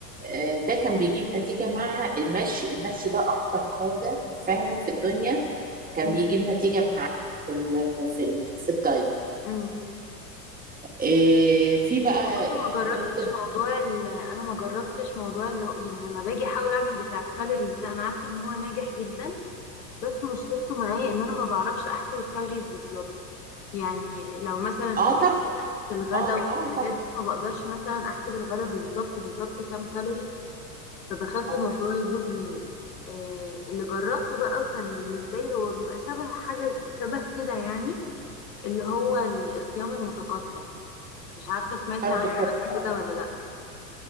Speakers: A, on the right; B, on the left.
A: آه، ده كان بيجيب نتيجه مع المشي المشي ده اكتر حاجه فعلا في الدنيا كان
B: مم.
A: بيجيب نتيجه مع في ال في ال في الدايت
B: مم.
A: آه، في
B: بصي
A: بقى
B: هو انا ما
A: يعني
B: جربتش
A: غير كده
B: موضوع ال... انا ما جربتش موضوع اللي هو يعني لما باجي احاول اعمل بتاع الكالوريز ده انا عارفه ان هو ناجح جدا بس مشكلته معايا ان انا ما بعرفش احسب الكالوريز بالظبط يعني لو مثلا
A: اه
B: في الغ-
A: طب
B: في الغدا
A: اه
B: وفي
A: اه
B: الحاجات
A: طب
B: دي ما بقدرش مثلا احسب الغدا بالظبط بالظبط كام كالوري فبخاف
A: اه
B: الموضوع يبوظ مني آه اللي جربته بقى وكان بالنسبه لي هو بيبقى شبه حاجه شبه كده يعني اللي هو الصيام المتقطع مش عارفه سمعتي
A: برضه
B: عنه قبل كده ولا لا